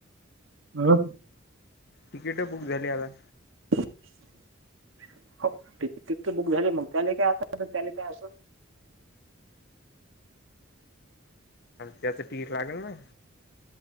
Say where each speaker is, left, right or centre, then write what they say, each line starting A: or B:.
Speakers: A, on the right; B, on the left.
A: हो
B: तिकीट बुक झाली आता
A: <inaudible> हो तिकीट तर बुक झाली मग त्याला काय आता त्या काय अस
B: त्याचं तीठ लागेल ना